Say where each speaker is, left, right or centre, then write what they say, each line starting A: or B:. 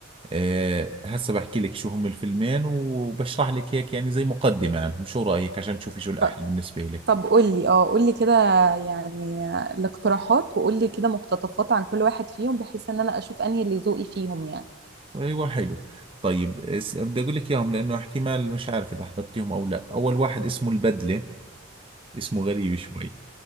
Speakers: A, on the right; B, on the right.
A: أه هسه بحكي لك شو هم الفيلمين وبشرح لك هيك يعني زي مقدمة عنهم شو رأيك عشان تشوفي شو الاحلى
B: ط-
A: بالنسبة لك
B: طب قول لي اه قول لي كده يعني آه، الاقتراحات وقول لي كده مقتطفات عن كل واحد فيهم بحيث ان انا اشوف انهي اللي ذوقي فيهم يعني
A: ايوه حلو طيب اس- بدي اقول لك اياهم لانه احتمال مش عارف اذا حضرتيهم او لا اول واحد اسمه البدلة اسمه غريب شوي